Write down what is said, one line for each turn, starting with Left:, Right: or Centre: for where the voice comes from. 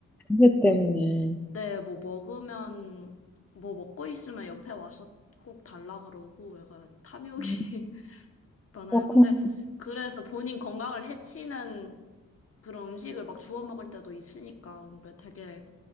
Centre: 관계 때문에.
Left: 네, 뭐 먹으면 뭐 먹고 있으면 옆에 와서 꼭 달라 그러고 약간 탐욕이
Centre: 음,
Left: <laughs> 많아요.
Centre: 그렇구나.
Left: 근데 그래서 본인 건강을 해치는 그런 음식을 막 주워 먹을 때도 있으니까 그러니까 되게